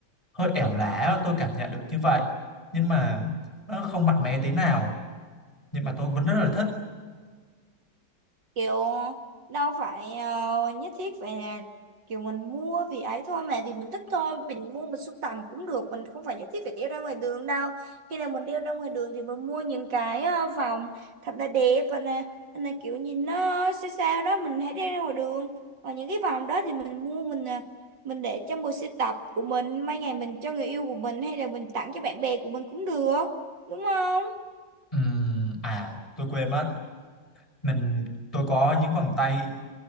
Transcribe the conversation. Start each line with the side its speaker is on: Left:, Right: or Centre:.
Left: hơi ẻo lả á, Tôi cảm nhận được như vậy Nhưng mà nó không mạnh mẽ tí nào Nhưng mà tôi vẫn rất là thích
Right: kiểu đâu phải ờ, nhất thiết phải là kiểu mình mua vì ấy thôi mà thì mình thích thôi mình mua mình sưu tầm cũng được mình không phải nhất thiết phải đeo ra ngoài đường đâu khi nào mình đeo ra ngoài đường thì mình mua những cái ờ, vòng thật là đẹp và là, là kiểu nhìn nó sao sao đó mình hãy đeo ra ngoài đường và những cái vòng đó thì mình mua mình ờ, mình để trong bộ sưu tập của mình mai ngày mình cho người yêu của mình hay là mình tặng cho bạn bè của mình cũng được đúng không
Left: Ừm, À tôi quên mất Mình tôi có những vòng tay